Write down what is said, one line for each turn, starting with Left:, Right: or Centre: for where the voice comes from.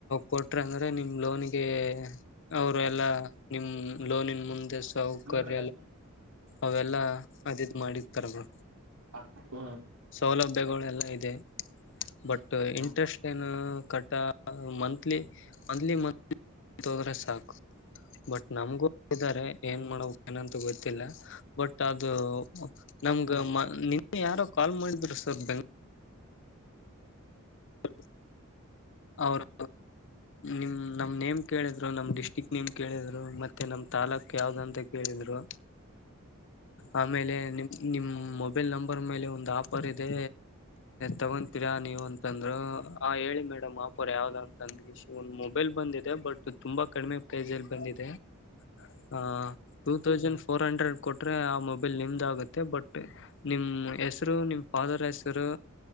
Left: ಕೊಟ್ರ ಅಂದ್ರೆ ನಿಮ ಲೋನ್ಿಗೆ ಅವರು ಎಲ್ಲಾ ನಿಮ ಲೋನನ್ ಮುಂದೆ ಸೌ ಕಲ
Right: ಹಾ ಹಾ
Left: ಅವೆಲ್ಲ ಅದಿದ್ ಮಾಡಿತಾರಮ್ಮ
Right: ಹ ಹ
Left: ಸೌಲಭ್ಯಗಳೆಲ್ಲ ಇದೆ ಬಟ್ ಇಂಟ್ರೆಸ್ಟ್
Right: ಹಾ
Left: ಏನು ಕಟ್ಟ ಮಂತ್ಲಿ ಮಂತ್ಲಿ ಮಂತ್ ತೋದ್ರೆ ಸಾಕು ಬಟ್ ನಮ್ಗು ಇದಾರೆ ಏನ್ ಮಾಡ ಅನಂತ ಗ ಇಲ್ಲ ಬಟ್ ಅದು ನಮ್ ನಿನ್ನೆ ಯಾರೋ ಕಾಲ್ ಮಾಡಿದ್ರು ಸರ್ ಬೆಂಗ್ ಹ ಅವರು ನಿಮ್ ನಮ್ಮ್ ನೇಮ್ ಕೇಳಿದ್ರು ನಮ್ಮ್ ಡಿಸ್ಟ್ರಿಕ್ ನೇಮ್ ಕೇಳಿದ್ರು ಮತ್ತೆ ನಮ್ಮ್ ತಾಲೂಕ್ ಯಾವ್ದಂತ ಕೇಳಿದ್ರು ಆಮೇಲೆ ನಿಮ್ ನಿಮ್ ಮೊಬೈಲ್ ನಂಬರ್ ಮೇಲೆ ಒಂದು್ ಆಫರ್ ಇದೆ ತಗೊಂತೀರಾ ನೀವ ಅಂತಂದ್ರ ಹಾಂ ಹೇಳಿ ಮೇಡಮ್ ಆಪೋರ್ ಯಾವ್ದ ಅಂತ ಅಂದ ಇಶ ಒಂದು ಮೊಬೈಲ್ ಬಂದಿದೆ ಬಟ್ ತುಂಬ ಕಡಿಮೆ ಪ್ರೈಸಲ್ಲಿ ಬಂದಿದೆ ಹ ಟೂ ತೌಸಂಡ್ ೋ ಹಂಡ್ರಡ್ ಕೊಟ್ರೆ ಆ ಮೊಬೈಲ್ ನಿಮ್ದಾಗುತ್ತೆ ಬಟ್ ನಿಮ್ಮ ಹೆಸರು ನಿಮ್ಮ ಫಾದರ್ ಹೆಸರು